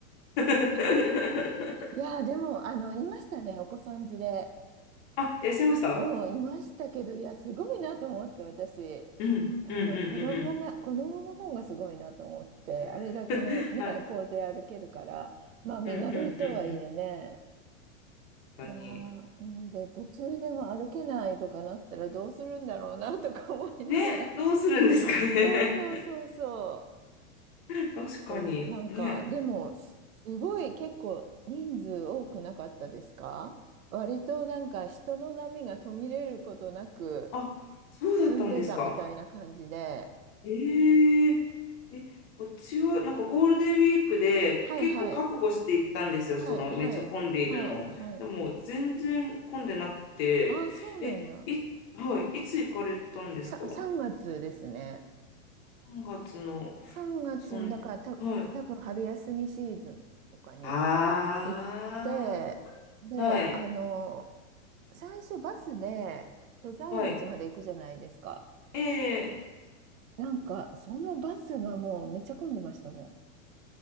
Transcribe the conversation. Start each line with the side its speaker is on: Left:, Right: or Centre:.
Left: <laughs>
Right: いやー、でも、あの、いましたね、お子さん連れ。
Left: あ、いらっしゃいました
Right: うん、いましたけど、いや、すごいなと思って、私、
Left: うん、うん、
Right: あの、
Left: うん、
Right: 子供が、
Left: う
Right: 子供の方がすごいなと思って、あれだけのね、
Left: ん、うん。<laughs> はい。
Right: 校庭歩けるから、まあ、身軽とはいえね、
Left: うん、うん、うん、うん。確かに。
Right: いやー、うん、で、途中でも歩けないとかなったらどうするんだろうなとか思いながら、
Left: ね、どうするんですかね。
Right: そうそうそうそ
Left: <laughs> 確かに。
Right: う、結構、なんか、
Left: ね。
Right: でも、す、すごい結構人数多くなかったですか割となんか人の波が途切れることなく、
Left: あ、そうだったんですか。
Right: 進んでたみたいな感じで、
Left: えええ、うちはなんかゴールデンウィークで結構覚悟して行ったんですよ、
Right: はいはい、はいはい、
Left: そのめっちゃ混んでいるのを。
Right: はい、はい。
Left: でも全然混んでなくて、
Right: ああ、そうなんだ。
Left: え、い、はい、いつ行かれたんですか
Right: さ、3月ですね。
Left: ?3 月の、
Right: 3月の、
Left: そん、
Right: だからた、
Left: はい。
Right: 多分春休みシーズンとかに
Left: あ
Right: 行って、で、
Left: あ、はい、
Right: あの、最初バスで登山口まで行くじゃないですか。
Left: はい。ええ
Right: なんか、そのバスがもうめっちゃ混んでましたもん。